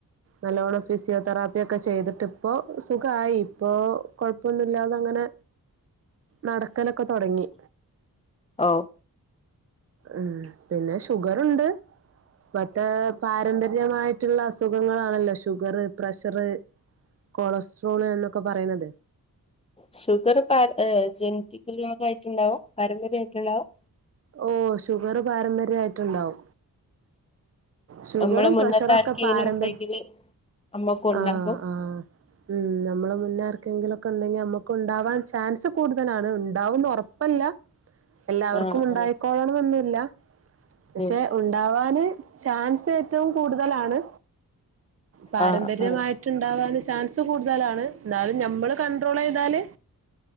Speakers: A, on the right; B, on the left.
A: നല്ലോണ്ണം ഫിസിയോതെറാപ്പിയൊക്കെ ചെയ്തിട്ട് ഇപ്പോ സുഖമായി ഇപ്പോ കൊഴപ്പൊന്നുമില്ലാത അങ്ങനെ നടക്കലൊക്കെ തുടങ്ങി
B: ഓ
A: ഉം പിന്നെ ഷുഗർണ്ട് മറ്റേ ര്യമായിട്ടുള്ള അസുഖങ്ങളാണല്ലോ ഷുഗർ പ്രഷർ കൊളസ്ട്രോള് എന്നൊക്കെ പറയുന്നത്
B: ഷുഗർ ഇപ ജനറ്റിക്കൽ രോഗായിട്ടുണ്ടാവും പാരമ്പര്യമായിട്ടുണ്ടാവും
A: ഓ ഷുഗർ പാരമ്പര്യയിട്ട്ണ്ടാവും ഷുഗറും
B: നമ്മള് മുന്നത്തെ
A: പ്രഷറും
B: ആർക്കെങ്കിലും
A: ഒക്കെ പാരമ്പര്യ
B: ഉണ്ടെങ്കില് അമ്മക്കും ഉണ്ടാക്കും
A: ആഹ് ആഹ് ഉം നമ്മള് മുന്നേ ക്കെങ്കിലൊക്കെ ഉണ്ടെങ്കിൽ നമുക്ക് ഉണ്ടാവാൻ ചാൻസ് കൂടുതലാണ് ഉണ്ടാവുന്ന് ഉറപ്പ് കുഴപ്പല്ല എല്ലാവർക്കും
B: ആഹ്
A: ഉണ്ടായിക്കോളണംമന്നുമില്ല
B: ആഹ്
A: പക്ഷെ
B: ഉം
A: ഉണ്ടവാന് ചാൻസ് ഏറ്റവും കൂടുതലാണ് പാരമ്പര്യമായിട്ട്
B: ആഹ് ആഹ്
A: ഉണ്ടവാൻ ചാൻസ് കൂടുതലാണ് എന്നാലും നമ്മള് കൺണ്ട്രോൾ ചെയ്താല്